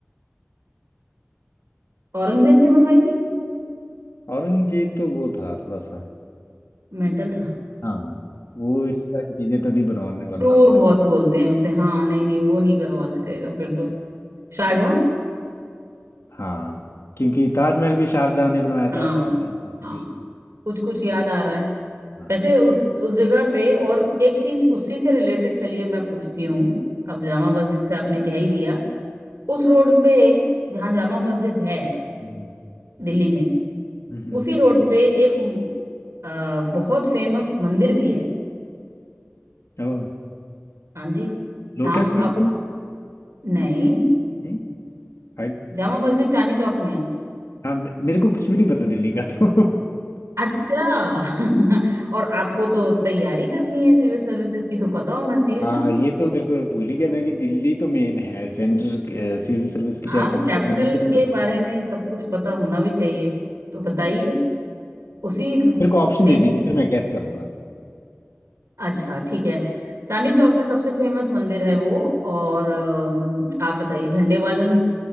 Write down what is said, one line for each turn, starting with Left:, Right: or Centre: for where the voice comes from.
Right: औरंगजेब ने बनवाई थी
Left: औरंगजेब तो वो था थोड़ा सा
Right: मेंटल था
Left: हाँ वो इस तरह की चीजें तो नहीं बनवाने वाला
Right: क्रूर बहुत बोलते हैं उसे हाँ नहीं नहीं वो नहीं करवा सकेगा फिर तो शाहजहां
Left: हाँ क्योंकि ताजमहल भी शाहजहां ने बनवाया
Right: हाँ
Left: था और जामा मस्जिद
Right: हाँ
Left: भी
Right: कुछ कुछ याद आ रहा है
Left: हाँ
Right: वैसे उस उस जगह पे और एक चीज उसी से रिलेटेड चलिए मैं पूछती हूँ अब जामा मस्जिद से आपने कह ही दिया उस रोड पे जहाँ जामा मस्जिद है
Left: Hmm,
Right: दिल्ली में
Left: Hmm
Right: उसी रोड पे एक अ, बहुत फेमस मंदिर भी है
Left: Oh
Right: हाँ जी
Left: Lotus
Right: नाम
Left: temple
Right: आप नहीं
Left: नहीं? आई
Right: जामा मस्जिद चांदनी चौक में है
Left: हाँ मे- मेरे को कुछ भी नहीं पता दिल्ली का तो
Right: अच्छा <laughs> और आपको तो तैयारी करनी है सिविल सर्विसेज की तो पता होना
Left: <laughs>
Right: चाहिए
Left: हाँ
Right: ना
Left: ये तो मेरे को भूल ही गया मैं कि दिल्ली तो मेन है सेंटर सिविल सर्विस की
Right: हाँ
Left: तैयारी करने के
Right: कैपिटल
Left: लिए दिल्ली का तो
Right: के
Left: पता
Right: बारे में सब कुछ पता होना भी चाहिए तो बताइए उसी
Left: मेरे को ऑप्शन
Right: सेम
Left: दे दीजिए फिर मैं गैस करूंगा
Right: अच्छा ठीक है चांदनी चौक में सबसे फेमस मंदिर है वो और अम, आप बताइए झंडे वालन